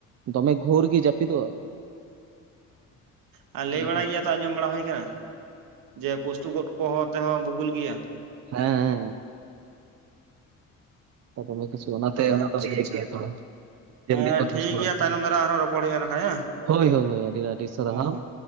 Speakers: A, on the right; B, on the right.
A: ᱫᱚᱢᱮ ᱜᱷᱳᱨ ᱜᱮ ᱡᱟᱹᱯᱤᱫᱚᱜᱼᱟ ᱾
B: ᱦᱮᱸ ᱞᱟᱹᱭ
A: ᱚᱱᱟ
B: ᱵᱟᱲᱟᱭ
A: ᱫᱚ᱾
B: ᱜᱮᱭᱟ ᱟᱸᱡᱚᱢ ᱵᱟᱲᱟ ᱦᱩᱭ ᱠᱟᱱᱟ ᱡᱮ ᱯᱩᱥᱛᱩ ᱜᱚᱫ ᱠᱚᱦᱚᱸ ᱛᱮᱦᱚᱸ ᱵᱩᱵᱩᱞ ᱜᱮᱭᱟ
A: ᱦᱮᱸ ᱦᱮᱸ ᱫᱚᱢᱮ ᱠᱩᱥᱤ ᱚᱱᱟᱛᱮ
B: ᱟᱪᱪᱷᱟ
A: ᱤᱭᱟᱹ
B: ᱟᱪᱪᱷᱟ
A: ᱜᱮᱭᱟ ᱛᱚ
B: ᱦᱮᱸ
A: <unintelligible>
B: ᱴᱷᱤᱠ ᱜᱮᱭᱟ ᱛᱟᱭᱱᱚᱢ ᱫᱟᱨᱟᱢ ᱟᱨᱦᱚᱸ ᱨᱚᱯᱚᱲ ᱦᱩᱭᱩᱜᱼᱟ ᱱᱟᱠᱷᱟᱡ ᱦᱮᱸ
A: ᱦᱳᱭ ᱦᱳᱭ ᱟᱹᱰᱤ ᱟᱹᱰᱤ ᱥᱟᱨᱦᱟᱣ
B: ᱦᱳᱭ ᱦᱳᱭ